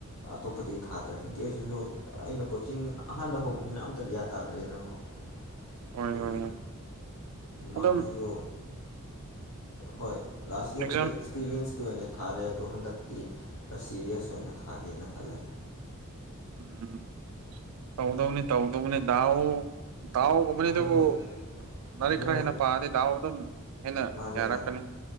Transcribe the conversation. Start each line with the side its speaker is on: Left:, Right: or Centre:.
Left: ꯑꯇꯣꯞꯄꯗꯤ ꯊꯥꯗ꯭ꯔꯦ ꯑꯦꯝ ꯇꯤ ꯑꯦꯁ ꯇꯨꯁꯨ ꯑꯩꯅ ꯀꯣꯆꯤꯡ ꯑꯍꯥꯟꯕ ꯍꯧꯕꯅꯤꯅ ꯑꯝꯇ ꯒ꯭ꯌꯥꯟ ꯇꯥꯗ꯭ꯔꯦꯅꯀꯣ <inaudible>
Right: ꯍꯣꯏ
Left: ꯑꯗꯨꯗꯒꯤ
Right: ꯍꯣꯏ ꯍꯣꯏ
Left: ꯃꯥꯛꯇꯨꯖꯨ
Right: ꯑꯗꯨꯝ
Left: ꯍꯣꯏ ꯂꯥꯁ ꯌꯔꯕꯨꯗ
Right: ꯑꯦꯛꯖꯥꯝ
Left: ꯑꯦꯛꯁꯄꯤꯔꯤꯌꯦꯟꯁꯀꯤ ꯑꯣꯏꯅ ꯊꯥꯔꯦ ꯑꯗꯣ ꯍꯟꯗꯛꯇꯤ ꯁꯤꯔꯤꯌ꯭ꯁ ꯑꯣꯏꯅ ꯊꯥꯒꯦꯅ ꯈꯜꯂꯦ
Right: ꯎꯝ ꯇꯧꯗꯧꯅꯤ ꯇꯧꯗꯧꯅꯤ ꯗꯥꯎ ꯗꯥꯎꯒꯨꯝꯕꯅꯤ
Left: ꯑꯗꯨꯅꯦ
Right: ꯑꯗꯨꯕꯨ ꯂꯥꯏꯔꯤꯛ
Left: ꯑꯗꯨꯅꯦ
Right: ꯈꯔ ꯍꯦꯟꯅ ꯄꯥꯗꯤ ꯗꯥꯎ ꯑꯗꯨꯝ ꯍꯦꯟꯅ
Left: ꯃꯥꯅꯦ
Right: ꯌꯥꯔꯛꯀꯅꯤ
Left: ꯃꯥꯅꯦ